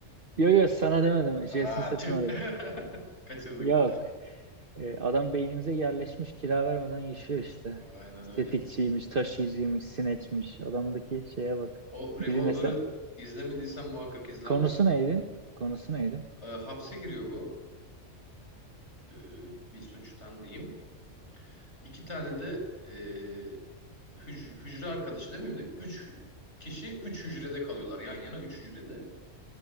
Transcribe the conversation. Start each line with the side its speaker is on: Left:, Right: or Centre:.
Right: Yo yo sana demedim. Jason
Left: Aa
Right: Statham'a
Left: tüh.
Right: dedim.
Left: <laughs> Kaçırdık.
Right: Yok. E, adam beynimize yerleşmiş kira vermeden yaşıyor işte.
Left: Aynen
Right: Estetikçiymiş,
Left: öyle.
Right: taşıyıcıymış, sineçmiş. Adamdaki şeye bak.
Left: O Revolver'ı
Right: Bizim mesela
Left: izlemediysen muhakkak izle
Right: konusu
Left: ama.
Right: neydi? Konusu neydi?
Left: Ee, hapse giriyor bu. Ee, bir suçtan diyeyim. İki tane de e, hüc- hücre arkadaşı demeyeyim de üç kişi üç hücrede kalıyorlar yan yana üç hücrede.